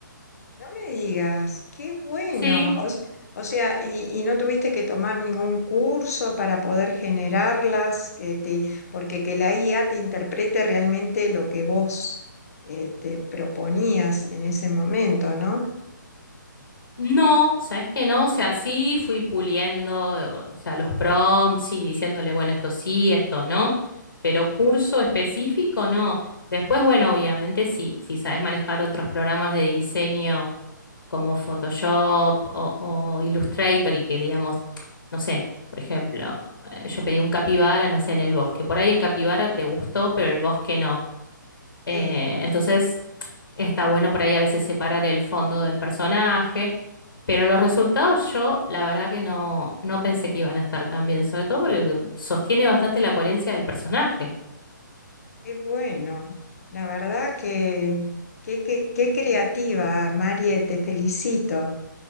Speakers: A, on the left; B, on the left.
A: no me digas, qué bueno.
B: Sí.
A: O, s- o sea, y, y no tuviste que tomar ningún curso para poder generarlas, que te- porque que la IA te interprete realmente lo que vos eh, te proponías en ese momento, ¿no?
B: No, ¿sabes qué no? O sea, sí fui puliendo, o sea, los prompts y diciéndole, bueno, esto sí, esto no, pero curso específico no. Después, bueno, obviamente sí, si sabes manejar otros programas de diseño como Photoshop o, o Illustrator y que digamos, no sé, por ejemplo, eh, yo pedí un capibara, no sé, en el bosque. Por ahí el capibara te gustó, pero el bosque no. Eh,
A: Sí,
B: entonces... Está bueno por ahí a veces separar el fondo del personaje, pero los resultados yo la verdad que no, no pensé que iban a estar tan bien, sobre todo porque sostiene bastante la coherencia del personaje.
A: qué bueno. La verdad que qué, qué- qué creativa, Marie, te felicito.